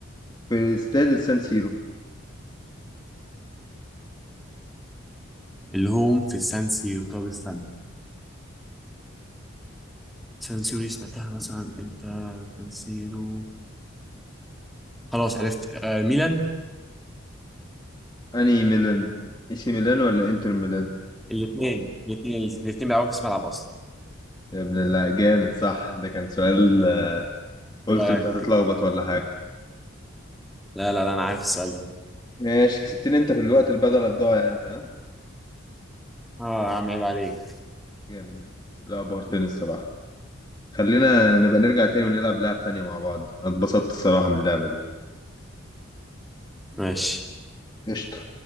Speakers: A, on the left (about 20°); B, in the centre.
A: في استاد السان سيرو
B: الهوم في السان سيرو طب استنى سان سيرو دي سمعتها مثلا امتى سان سيرو خلاص عرفت آه ميلان
A: أنهي ميلان إي سي ميلان ولا إنتر ميلان
B: الاثنين الاثنين الاثنين بيلعبوا في نفس الملعب اصلا
A: يا ابن الله جامد صح ده كان سؤال قلت
B: ايه رايك
A: انت هتتلخبط ولا حاجة
B: لا لا لا انا عارف السؤال ده
A: ماشي كسبتني انت في الوقت البدل الضايع انت ها
B: اه يا عم عيب عليك
A: جامد لا بهرتني الصراحة خلينا نبقى نرجع تاني ونلعب لعب تانية مع بعض أنا اتبسطت الصراحة من اللعبة دي
B: ماشي
A: قشطة